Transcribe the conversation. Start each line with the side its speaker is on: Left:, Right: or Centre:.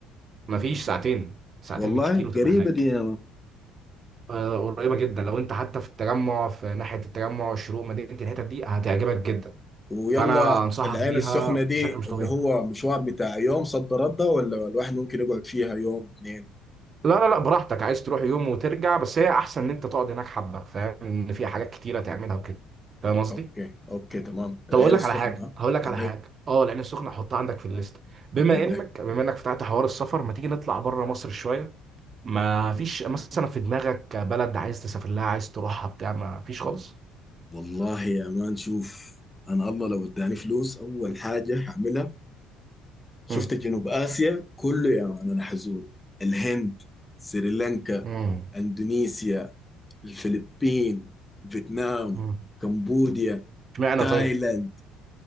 Right: مفيش ساعتين ساعتين
Left: والله
Right: بالكتير وتبقى
Left: قريبة
Right: هناك
Left: دي يا مان.
Right: آه، قريبة جدا لو انت حتى في التجمع في ناحية التجمع الشروق مدينة الحتت دي هتعجبك جدا
Left: ويلا
Right: فانا انصحك
Left: العين
Right: بيها
Left: السخنة دي
Right: بشكل مش
Left: اللي
Right: طبيعي
Left: هو مشوار بتاع يوم صد رد ولا الواحد ممكن يقعد فيها يوم اتنين
Right: لا لا لا براحتك عايز تروح يوم وترجع بس هي احسن ان انت تقعد هناك حبة فاهم ان في حاجات كتيرة تعملها وكده فاهم قصدي
Left: أوكي أوكي تمام العين
Right: طب اقول لك
Left: السخنة
Right: على حاجة
Left: ها
Right: هقول لك
Left: قول
Right: على
Left: لي
Right: حاجة اه العين السخنة حطها عندك في الليست بما
Left: قول
Right: انك
Left: لي
Right: بما انك فتحت حوار السفر ما تيجي نطلع بره مصر شوية ما فيش مثلا في دماغك بلد عايز تسافر لها عايز تروحها بتاع ما فيش خالص
Left: والله يا مان شوف أنا الله لو اداني فلوس أول حاجة هعملها شفت
Right: مم.
Left: جنوب آسيا كله يا مان أنا حزوره الهند سريلانكا
Right: امم
Left: أندونيسيا الفلبين فيتنام
Right: امم
Left: كمبوديا
Right: اشمعنى
Left: تايلاند
Right: طيب